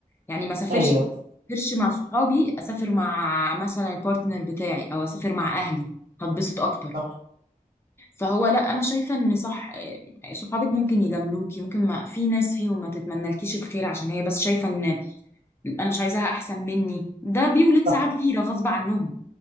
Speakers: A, on the left; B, on the right.
A: يعني ما سافرش
B: أيوه
A: سافرش مع صحابي اسافر مع مثلا البارتنر بتاعي او اسافر مع اهلي هتبسط اكتر
B: صح
A: فهو لا انا شايفه ان صح إيه، صحابك ممكن يجاملوكي ممكن ما في ناس فيهم ما تتمنالكيش الخير عشان هي بس شايفه ان انا مش عايزاها احسن مني ده بيولد ساعات
B: صح
A: غيره غصب عنهم